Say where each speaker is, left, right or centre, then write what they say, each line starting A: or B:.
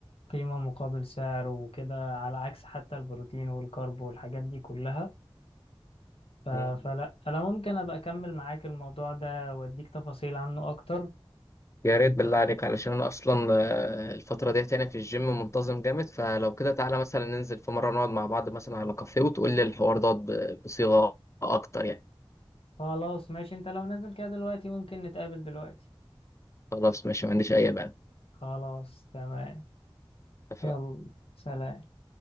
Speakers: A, on the left; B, on the left.
A: قيمة مقابل سعر وكده على عكس حتى البروتين والكارب والحاجات دي كلها ف-
B: مم.
A: فلا أنا ممكن أبقى أكمل معاك الموضوع ده وأديك تفاصيل عنه أكتر
B: يا ريت بالله عليك علشان انا اصلا آه، الفتره ديت يعني في الجيم منتظم جامد فلو كده تعالى مثلا ننزل في مره نقعد مع بعض مثلا على كافيه وتقول لي الحوار دوت ب- بصيغه اكتر يعني
A: خلاص ماشي أنت لو نازل كده دلوقتي ممكن نتقابل دلوقتي
B: خلاص ماشي ما عنديش اي مانع
A: خلاص تمام
B: اتفقنا
A: يلا سلام